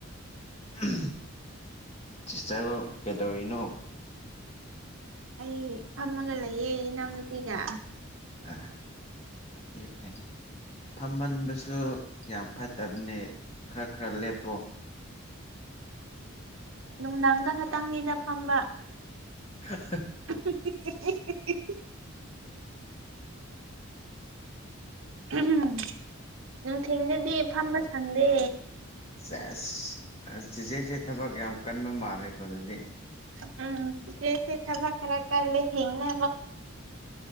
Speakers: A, on the left (about 30°); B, on the right (about 70°).
A: ꯎꯝ ꯁꯤꯁꯇꯔ ꯀꯦꯗꯎꯔꯤꯅꯣ
B: ꯑꯩ ꯐꯝꯃꯒ ꯂꯩꯌꯦ ꯏꯅꯥꯎꯅꯨꯄꯤꯒ
A: ꯑ ꯑꯩ ꯐ ꯐꯝꯍꯟꯕꯁꯨ ꯌꯥꯝ ꯐꯠꯇꯕꯅꯤ ꯈꯔ ꯈꯔ ꯂꯦꯞꯄꯨ
B: ꯅꯨꯡꯗꯥꯡꯗ ꯉꯇꯪꯅꯤꯗ ꯐꯝꯕ
A: ꯑ
B: <unintelligible> ꯎꯝ ꯅꯨꯡꯊꯤꯗꯗꯤ ꯐꯝꯕ ꯁꯪꯗꯦ
A: ꯁ ꯆꯦꯆꯦꯁꯦ ꯊꯕꯛ ꯌꯥꯝ ꯀꯟꯕ ꯃꯥꯜꯂꯦꯀꯣ ꯑꯗꯨꯗꯤ
B: ꯎꯝ ꯆꯦꯁꯦ ꯊꯕꯛ ꯈꯔ ꯀ ꯂꯩ ꯍꯤꯡꯅ